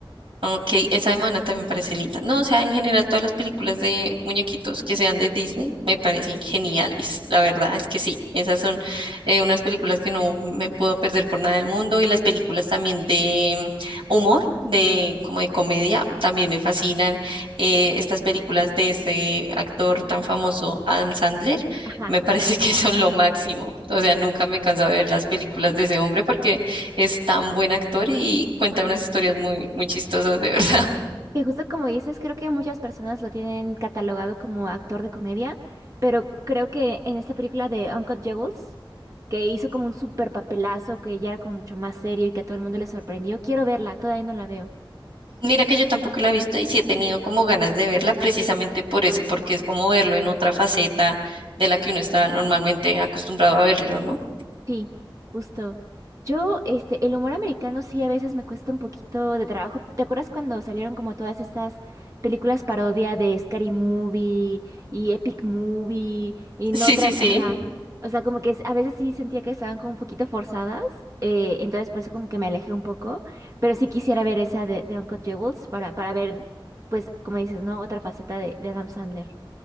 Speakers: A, on the right; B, on the right.
A: Ok, esa de Moana también me parece linda. No, o sea, en general todas las películas de muñequitos que sean de Disney me parecen geniales. La verdad es que sí, esas son eh, unas películas que no me puedo perder por nada del mundo y las películas también de mm, humor, de como de comedia, también me fascinan. Eh, estas películas de este actor tan famoso, Adam Sandler,
B: Ajá.
A: me <laughs> parece que son lo máximo. O sea, nunca me canso de ver las películas de ese hombre porque es tan buen actor y cuenta unas historias muy, muy chistosas, de verdad.
B: Que justo como dices, creo que muchas personas lo tienen catalogado como actor de comedia, pero creo que en esta película de Uncut Jewels, que hizo como un super papelazo, que ya era como mucho más serio y que a todo el mundo le sorprendió, quiero verla, todavía no la veo.
A: <laughs> Mira que yo tampoco la he visto y sí he tenido como ganas de verla precisamente por eso, porque es como verlo en otra faceta de la que uno está normalmente acostumbrado a verlo, ¿no?
B: Sí, justo. Yo, este, el humor americano sí a veces me cuesta un poquito de trabajo. ¿Te acuerdas cuando salieron como todas estas películas parodia de Scary Movie y Epic Movie y no
A: Sí,
B: otra,
A: sí, sí,
B: ajá. O sea, como que es- a veces sí sentía que estaban como un poquito forzadas, eh, entonces por eso como que me alejé un poco, pero sí quisiera ver esa de, de Uncut Jewels para, para ver, pues, como dices, ¿no? Otra faceta de, de Adam Sandler.